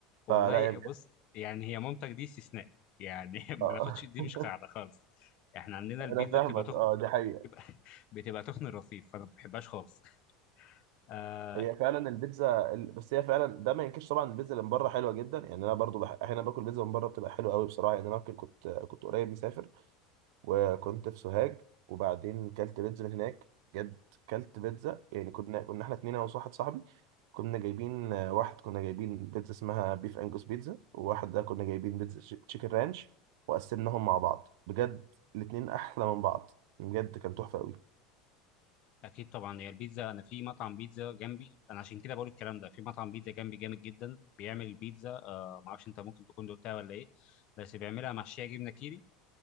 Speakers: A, on the left (about 50°); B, on the right (about 75°).
A: والله
B: فلا يا بجد
A: بص يعني هي مامتك دي استثناء يعني <laughs>
B: <laughs>
A: ما ناخدش دي
B: آه.
A: مش قاعده خالص احنا عندنا البيتزا
B: انا فاهمك
A: بتبقى تخ...
B: اه دي حقيقه
A: بتبقى <laughs> بتبقى تخن الرصيف فانا ما بحبهاش خالص آه
B: هي فعلا البيتزا ال- بس هي فعلا ده ما ينكرش طبعا البيتزا اللي من بره حلوه جدا يعني انا برضو بح... احيانا باكل بيتزا من بره بتبقى حلوه قوي بصراحه يعني انا كنت كنت كنت قريب مسافر وكنت في سوهاج وبعدين كلت بيتزا من هناك بجد كلت بيتزا يعني كنا كنا احنا اتنين انا وواحد صاحبي كنا جايبين آه، واحد كنا جايبين بيتزا اسمها بيف انجوس بيتزا وواحد ده كنا جايبين بيتزا تش- تشيكن رانش وقسمناهم مع بعض بجد الاتنين احلى من بعض بجد كان تحفه قوي
A: اكيد طبعا هي البيتزا انا في مطعم بيتزا جنبي انا عشان كده بقول الكلام ده في مطعم بيتزا جنبي جامد جدا بيعمل بيتزا آه ما اعرفش انت ممكن تكون دوقتها ولا ايه بس بيعملها محشيه جبنه كيري